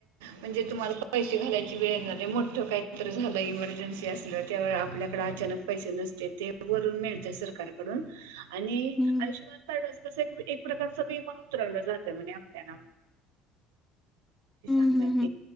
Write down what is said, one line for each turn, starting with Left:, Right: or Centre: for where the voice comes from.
Right: म्हणजे तुम्हाला पैसे घालायची वेळ येणार नाही मोठ काहीत झालं इमर्जन्सी ते असलं ते आपल्याकडें अचानक पैसे नसते ते वरून मिळत सरकारकडून आणि
Left: हम्म
Right: आयुष्यमान कार्ड तसे एक प्रकारच भीमा उतरलं जात म्हणज आपल्या ना सांगा
Left: हम्म हम्म